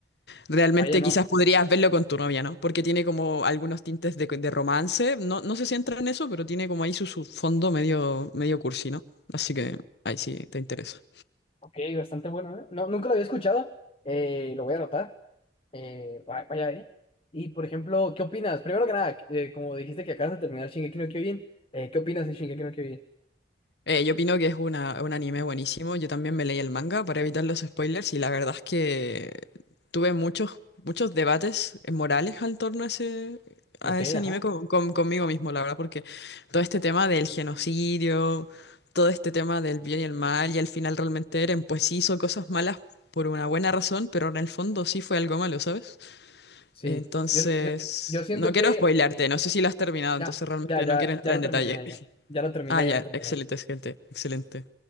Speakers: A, on the left; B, on the left.
A: Realmente
B: Vaya, no,
A: quizás podrías verlo con tu novia, ¿no? Porque tiene como algunos tintes de, de romance. No, no sé si entra en eso, pero tiene como ahí su, su fondo medio, medio cursi, ¿no? Así que ahí sí te interesa.
B: ok, bastante bueno, ¿eh? No, nunca lo había escuchado, eh, lo voy a anotar. Eh, va- vaya, ¿eh? Y, por ejemplo, ¿qué opinas? Primero que nada, eh, como dijiste que acabas de terminar Shingeki no Kyojin, eh, ¿qué opinas de Shingeki no Kyojin?
A: Eh, yo opino que es una, un anime buenísimo. Yo también me leí el manga para evitar los spoilers y la verdad es que tuve muchos, muchos debates morales al torno a ese, a
B: Ok,
A: ese
B: ajá.
A: anime con- con- conmigo mismo, la verdad, porque todo este tema del genocidio, todo este tema del bien y el mal y al final realmente Eren pues sí hizo cosas malas por una buena razón, pero en el fondo sí fue algo malo, ¿sabes?
B: Sí,
A: Entonces,
B: yo, yo, yo siento
A: no quiero
B: que
A: spoilearte, no sé si lo has terminado,
B: ya,
A: entonces realmente
B: ya,
A: no
B: ya,
A: quiero entrar
B: ya lo
A: en
B: terminé,
A: detalle.
B: ya, ya lo terminé,
A: Ah, ya,
B: ya lo terminé.
A: excelente, gente, excelente.